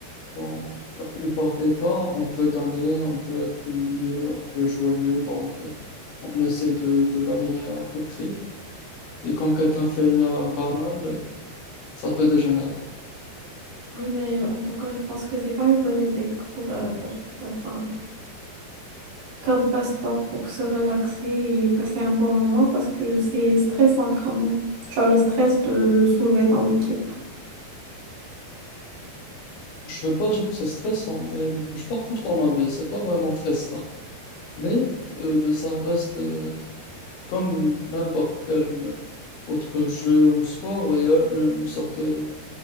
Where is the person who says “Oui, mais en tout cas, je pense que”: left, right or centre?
Right